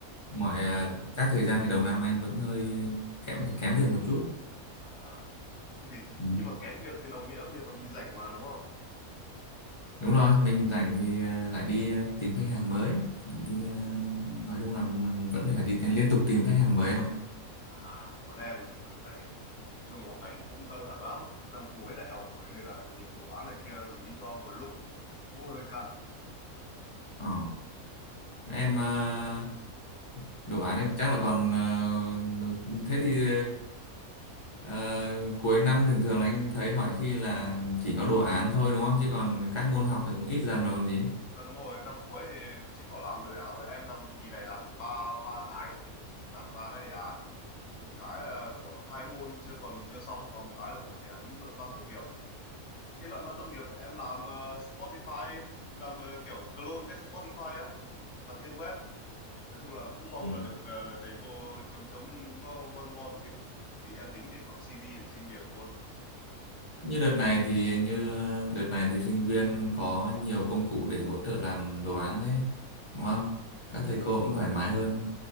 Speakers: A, on the left (about 25°); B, on the left (about 60°).
A: mọi ờ, các thời gian thì đầu năm anh vẫn hơi ờ, kém kém việc một chút
B: À, thế thì
A: Ừ.
B: nhưng mà kén việc thì đồng nghĩa việc là mình rảnh mà đúng không?
A: đúng rồi mình rảnh thì ờ, lại đi ờ, tìm khách hàng mới lại đi ờ, nói chung là vẫn phải đi liên tục tìm khách hàng mới em ạ
B: À, còn em đợt này nói chung học hành cũng căng thẳng lắm, năm cuối đại học rồi nên là nhiều đồ án này kia dí cho một lúc cũng hơi căng.
A: ờ. em ờ, đồ án ấy chắc là còn ờ, thế thì ờ, cuối năm thường thường là anh thấy mọi khi là chỉ có đồ án thôi đúng không chứ còn các môn học thì cũng ít dần rồi còn gì
B: À, đúng rồi, năm cuối thì chỉ có làm đề án thôi, em năm kỳ này làm ba ba cái, làm ba cái đề án, một cái là của hai môn chưa còn chưa xong, còn một cái là của đề án luận văn tốt nghiệp. cái luận văn tốt nghiệp em làm ờ, Spotify <laughs> làm ờ, kiểu clone cái Spotify á làm trên web nói chung là cũng mong
A: Ừ.
B: là được ờ, thầy cô chấm chấm ngon ngon ngon xíu thì em tính để vào CV để xin việc luôn
A: Như đợt này thì như đợt này thì sinh viên có nhiều công cụ để hỗ trợ làm đồ án đấy, đúng không? Các thầy cô cũng thoải mái hơn.